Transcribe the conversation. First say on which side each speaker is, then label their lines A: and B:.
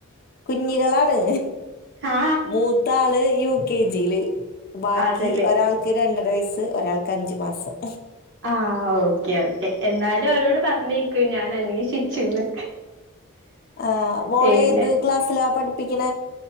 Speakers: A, on the left; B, on the right.
A: കുഞ്ഞികളാണ്
B: ആ
A: മൂത്താള് യു കെ ജിയില് ബാക്കി
B: അതല്ലേ
A: ഒരാൾക്ക് രണ്ടര വയസ്സ് ഒരാൾക്ക് അഞ്ച് മാസം
B: ആഹ് ഓക്കേ ഓക്കേ എന്നാലും അവരോട് പറഞ്ഞേ ക്ക് ഞാൻ അന്വേഷിച്ചുന്ന്
A: ആഹ് മോളെ
B: പിന്നെ
A: ഏത് ക്ലാസ്സില പഠിപ്പിക്കണ